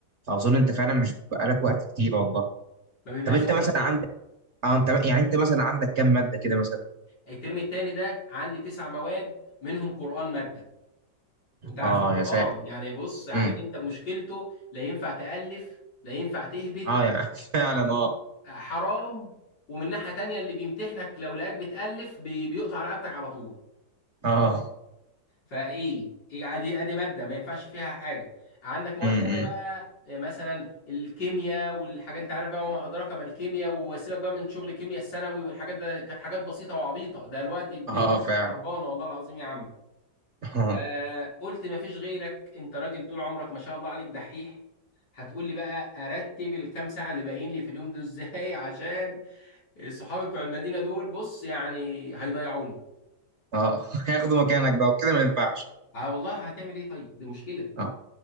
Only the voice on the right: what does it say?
فاظن انت فعلا مش بيبقى لك وقت كتير والله
طب انت
مثلا
عندك اه انت يعني انت مثلا عندك كام ماده كده مثلا
اه
يا ساتر
امم
اه يعني <laughs> فعلا اه
اه
امم
اه فعلا
اه
اه <laughs> هياخدوا مكانك بقى وكده ما ينفعش
اه